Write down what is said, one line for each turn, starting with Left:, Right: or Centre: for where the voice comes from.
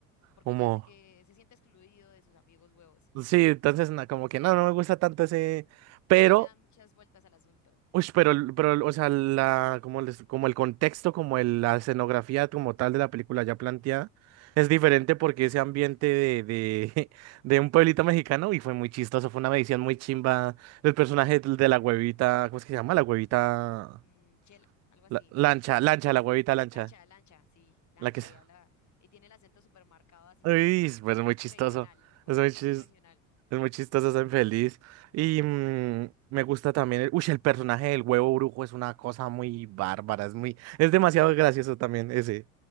Left: porque
Right: como...
Left: ya sé que se siente excluido de sus amigos huevos.
Right: Sí, entonces na- como que no, no me gusta tanto ese, pero,
Left: Sí, ya le dan muchas vueltas al asunto.
Right: uy, pero, el- pero, el- o sea, la, como, les- como el contexto, como el- la escenografía como tal de la película ya planteada, es diferente porque ese ambiente de, de, <laughs> de un pueblito mexicano, y fue muy chistoso, fue una medición muy chimba del personaje del- de la huevita, ¿cómo es que se llama? La huevita,
Left: Mm, chela, algo así.
Right: la- lancha,
Left: Mm,
Right: lancha, la huevita lancha,
Left: lancha, lancha, sí, lancha,
Right: la que es,
Left: y habla, y tiene el acento súper marcado así,
Right: uy,
Left: pero
Right: pues muy chistoso,
Left: regional, o
Right: es
Left: sea,
Right: muy
Left: muy
Right: chistoso.
Left: regional.
Right: Es muy chistoso, soy feliz. Y mm, me gusta también. El, uy, el personaje del huevo brujo es una cosa muy bárbara. Es muy, es demasiado gracioso también ese.